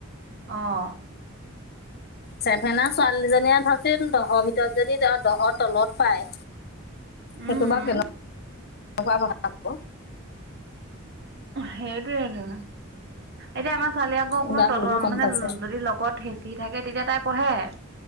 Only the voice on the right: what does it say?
অঁহ
উম
সেইটোয়েটো, এতিয়া আমাৰ ছোৱালী আকৌ অকণমান
ততন
মানে,
যদি লগত হেঁচি থাকে তেতিয়া তাই পঢ়ে।